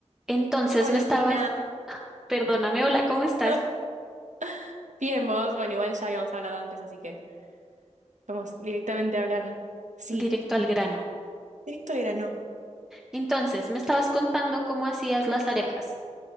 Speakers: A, in the centre; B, on the right.
A: Entonces
B: Hola,
A: me estabas,
B: Marina.
A: perdóname, hola, ¿cómo estás?
B: <laughs> Bien, vos. Bueno, igual ya habíamos hablado antes, así que vamos directamente a hablar. Sí,
A: Directo al grano.
B: directo al grano.
A: Entonces, me estabas contando cómo hacías las arepas.